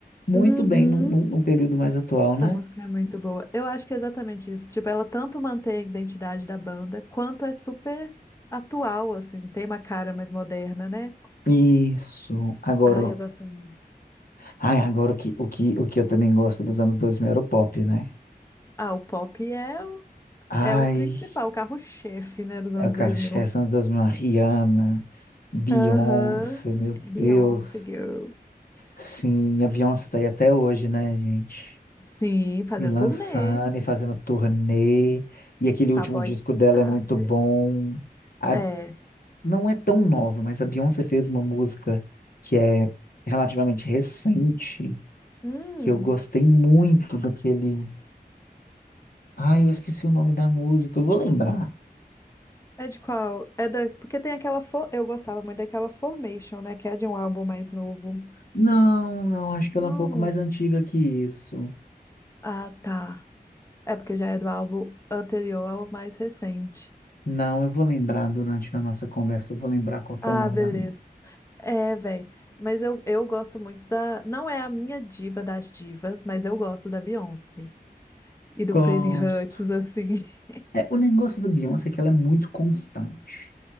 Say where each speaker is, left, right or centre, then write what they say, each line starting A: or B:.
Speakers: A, on the left; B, on the left.
A: muito
B: uhum.
A: bem num, num- num período mais atual, né?
B: Essa música é muito boa. Eu acho que é exatamente isso. Tipo, ela tanto mantém a identidade da banda, quanto é super atual, assim, tem uma cara mais moderna, né?
A: Isso. Agora,
B: Ai,
A: ó,
B: eu gosto muito.
A: ai, agora o que, o que, o que eu também gosto dos anos 2000 era o pop, né?
B: Ah, o pop é o,
A: Ai,
B: é o principal, o carro-chefe, né, dos
A: é
B: anos
A: o Carlos
B: dois mil
A: Chess anos 2000, a Rihanna, Beyoncé,
B: Aham.
A: meu
B: Beyoncé,
A: Deus.
B: girl.
A: Sim, a Beyoncé tá aí até hoje, né, gente?
B: Sim, fazendo
A: E lançando
B: turnê.
A: e fazendo turnê. E aquele último
B: Cowboy
A: disco dela
B: Carter.
A: é muito bom. A-
B: É.
A: não é tão nova, mas a Beyoncé fez uma música que é relativamente recente,
B: Hum,
A: que eu gostei muito daquele. Ai, eu esqueci o nome da música, eu vou lembrar.
B: É de qual? É da... Porque tem aquela. For... Eu gostava muito daquela Formation, né? Que é de um álbum mais novo.
A: Não, não, acho que
B: Não.
A: ela é um pouco mais antiga que isso.
B: Ah, tá. É porque já é do álbum anterior ao mais recente.
A: Não, eu vou lembrar durante a nossa conversa, eu vou lembrar qual que
B: Ah,
A: é o nome
B: beleza.
A: da música.
B: É, velho. Mas eu, eu gosto muito da. Não é a minha diva das divas, mas eu gosto da Beyoncé. E do
A: Gosto.
B: Pretty Hurts, assim. <laughs>
A: É, o negócio da Beyoncé é que ela é muito constante,